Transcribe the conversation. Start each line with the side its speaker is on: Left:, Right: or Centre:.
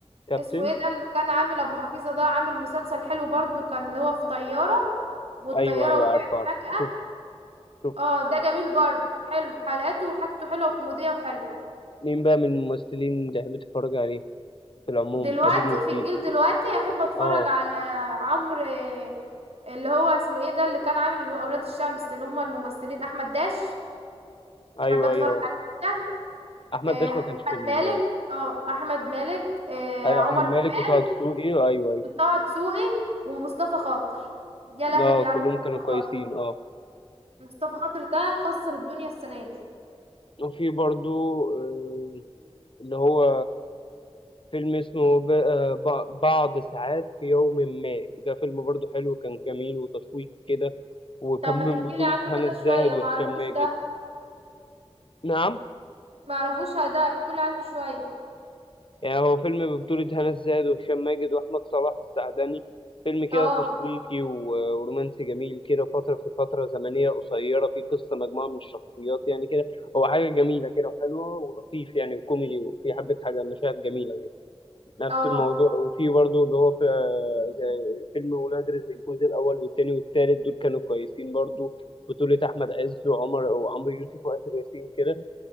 Left: كابتن
Right: اسمه ايه ده اللي كان عامل ابو حفيظه ده عامل مسلسل حلو برضو كان هو في طياره والطياره
Left: ايوه ايوه
Right: وقعت
Left: عارف عارف
Right: فجاه
Left: شوف شوف
Right: اه ده جميل برضو حلو حلقاته وحاجته حلوه وكوميديه وحلو
Left: مين بقى من الممثلين تحب تتفرج عليه في العموم
Right: دلوقتي
Left: قديم وجديد
Right: في الجيل دلوقتي احب اتفرج
Left: اه
Right: على عمرو آه، اللي هو اسمه ايه ده اللي كان عامل اولاد الشمس اللي هم الممثلين احمد داش
Left: ايوه
Right: احب اتفرج
Left: ايوه
Right: عليه جدا
Left: احمد
Right: آه،
Left: داش
Right: احمد
Left: ما كانش في ال...
Right: مالك اه احمد مالك آه،
Left: ايوه
Right: عمر
Left: احمد
Right: كمال
Left: مالك وطه دسوقي ايوه ايوه
Right: وطه دسوقي ومصطفى خاطر يا لهوي
Left: اه كلهم
Right: على مصطفى
Left: كانوا كويسين
Right: خاطر
Left: اه
Right: مصطفى خاطر ده كسر الدنيا السنة دي
Left: وفي برضو آه، اللي هو فيلم اسمه ب- آه، ب- بعض ساعات في يوم ما ده فيلم برضه حلو كان جميل وتشويق كده وكان
Right: طب ما
Left: من
Right: تحكي
Left: بطولة
Right: لي عنه
Left: هنا
Right: كده
Left: الزاهد
Right: شوية معرفوش
Left: وهشام ماجد
Right: ده
Left: نعم
Right: معرفوش ده احكي لي عنه شوية
Left: يعني هو فيلم ببطولة هنا الزاهد وهشام ماجد وأحمد صلاح السعدني فيلم
Right: اه
Left: كده تشويقي و- ورومانسي جميل كده فترة في فترة زمنية قصيرة في قصة مجموعة من الشخصيات يعني كده هو حاجة جميلة كده وحلوة ولطيف يعني وكوميدي وفي حبة حاجة مشاهد جميلة نفس
Right: اه
Left: الموضوع وفي برضه اللي هو في آه، زي فيلم ولاد رزق الجزء الأول والتاني والتالت دول كانوا كويسين برضه بطولة أحمد عز وعمر وعمرو يوسف وآسر ياسين كده